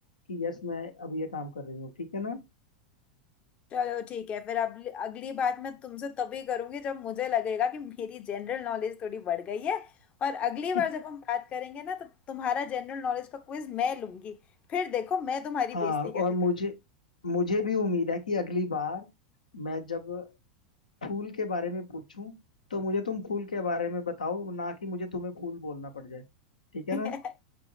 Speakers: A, on the left; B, on the left.
A: कि यस मैं अब ये काम कर रही हूँ ठीक है ना
B: चलो ठीक है फिर अगली अगली बात मैं तुमसे तभी करूंगी जब मुझे लगेगा कि मेरी जनरल नॉलेज थोड़ी बढ़ गई है और अगली बार
A: <laughs>
B: जब हम बात करेंगे ना तो तुम्हारा जनरल नॉलेज का क्विज मैं लूंगी फिर देखो मैं तुम्हारी
A: हाँ
B: बेइज्जती कैसे
A: और
B: करती
A: मुझे मुझे भी उम्मीद है कि अगली बार मैं जब फूल के बारे में पूछूं तो मुझे तुम फूल के बारे में बताओ ना कि मुझे तुम्हें फूल बोलना पड़ जाए ठीक है
B: हूँ।
A: ना
B: <laughs>